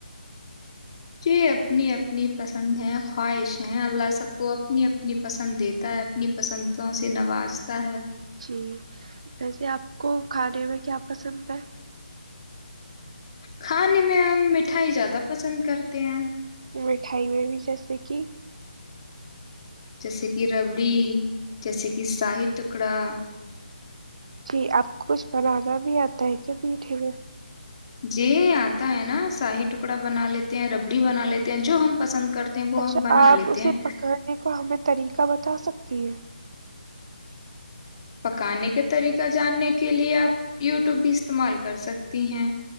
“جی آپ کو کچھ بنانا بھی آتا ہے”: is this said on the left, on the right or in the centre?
Right